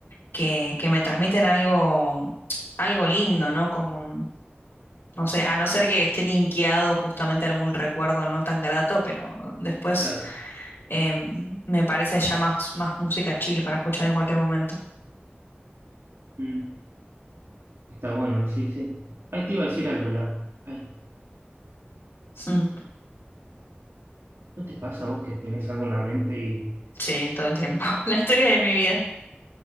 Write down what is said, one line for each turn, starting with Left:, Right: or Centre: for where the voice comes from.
Left: que, que me transmiten algo, algo lindo, ¿no? Como, no sé, a no ser que esté linkeado justamente a algún recuerdo no tan grato, pero después
Right: Claro.
Left: em, me parece ya más, más música chill para escuchar en cualquier momento. <laughs>
Right: Mm. Está bueno, sí, sí. Ahí te iba a decir algo, la... Ay,
Left: Mm,
Right: ¿no te pasa a vos que tenés algo en la mente y...
Left: Sí, todo el tiempo. <laughs> La historia de mi vida.